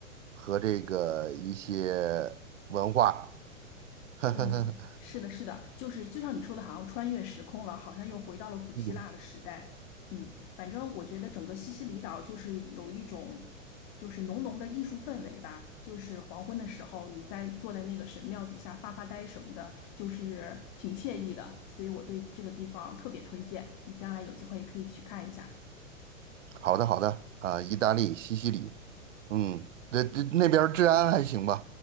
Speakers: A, on the right (about 65°); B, on the left (about 35°).
A: 和这个一些文化。<laughs>
B: 嗯，是的，是的，就是就像你说的，好像穿越时空了，好像又回到了古希腊的时代。
A: 嗯，
B: 嗯，反正我觉得整个西西里岛就是有一种，就是浓浓的艺术氛围吧。就是黄昏的时候，你在坐在那个神庙底下发发呆什么的，就是挺惬意的。所以我对这个地方特别推荐，你将来有机会也可以去看一下。
A: 好的好的，啊，意大利西西里。嗯，这这那边儿治安还行吧？